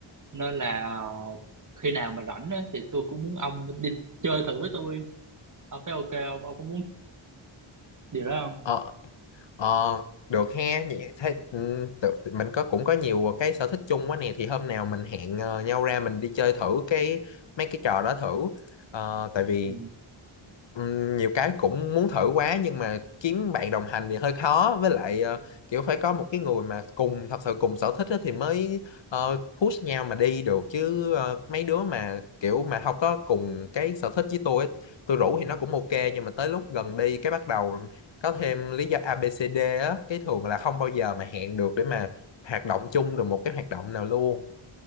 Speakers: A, on the right; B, on the left.
A: nên là ờ, khi nào mà rảnh á, thì tôi cũng muốn ông đi chơi thử với tôi ông thấy ok không ông có muốn điều đó không
B: Ờ, Ờ, được he, vậy thế ừ, tự, tự- mình có cũng có nhiều cái sở thích chung quá nè thì hôm nào mình hẹn ờ, nhau ra mình đi chơi thử cái mấy cái trò đó thử Ờ, tại vì
A: ừ.
B: Ừm, nhiều cái cũng muốn thử quá nhưng mà kiếm bạn đồng hành thì hơi khó với lại ờ, kiểu phải có một cái người mà cùng thật sự cùng sở thích á thì mới ờ, push nhau mà đi được chứ ờ, mấy đứa mà kiểu mà không có cùng cái sở thích với tôi ấy, tôi rủ thì nó cũng ok nhưng mà tới lúc gần đi cái bắt đầu có thêm lý do a ABCD á cái thường là không bao giờ mà hẹn được để mà hoạt động chung được một cái hoạt động nào luôn